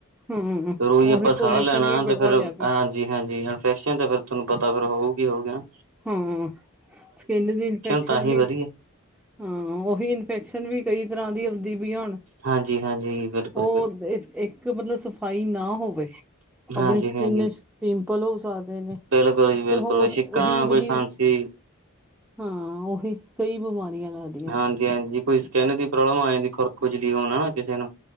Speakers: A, in the centre; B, on the right (about 85°).
A: ਹੂੰ
B: ਤੇ ਰੋਜ਼
A: ਉਹੀ
B: ਆਪਾਂ ਸਾਹ
A: ਪੋਲਿਊਸ਼ਨ
B: ਲੈਣਾ
A: ਵੀ ਬੜਾ
B: ਤੇ ਫਿਰ
A: ਹੋਇਆ
B: ਅ
A: ਪਿਆ
B: ਹਾਂਜੀ- ਹਾਂਜੀ, ਇਨਫੈਕਸ਼ਨ ਤੇ ਫੇਰ ਥੋਨੂੰ ਪਤਾ ਫੇਰ ਹੋਊਗੀ -ਹੋਊਗੀ ਹਨਾ।
A: ਹੈ। ਸਕਿੱਨ ਦੀ ਇਨਫੈਕਸ਼ਨ
B: ਤਾਂ ਹੀ
A: ਵੀ
B: ਵਧੀਆ
A: ਹਾਂ। ਉਹੀ ਇਨਫੈਕਸ਼ਨ ਵੀ ਕਈ ਤਰ੍ਹਾਂ ਦੀ ਆਉਂਦੀ ਦੀ ਵੀ ਆਉਣ,
B: ਹਾਂਜੀ ਹਾਂਜੀ ਬਿਲਕੁਲ
A: ਉਹ
B: ਬਿਲਕੁਲ
A: ਇ-ਇੱਕ ਮਤਲਬ ਸਫ਼ਾਈ ਨਾ ਹੋਵੇ ਆਪਣੀ
B: ਹਾਂਜੀ
A: ਸਕਿੱਨ
B: ਹਾਂਜੀ
A: ਚ'ਪਿੰਪਲ ਹੋ ਸਕਦੇ ਨੇ,
B: ਬਿਲਕੁਲ ਜੀ ਬਿਲਕੁਲ
A: ਤੇ ਹੋਰ
B: ਛਿੱਕਾਂ
A: ਅਜੀਬ
B: ਕੋਈ
A: ਜੀ,
B: ਖਾਂਸੀ
A: ਹਾਂ ਉਹੀ ਕਈ ਬਿਮਾਰੀਆਂ ਲਗ
B: ਹਾਂਜੀ- ਹਾਂਜੀ ਕੋਈ ਸਕਿੱਨ ਦੀ ਪ੍ਰੋਬਲਮ ਆ ਜਾਂਦੀ ਖੁਰਕ-ਖੁਜਲੀ ਹੋਣਾ ਨਾ ਕਿਸੇ ਨੂੰ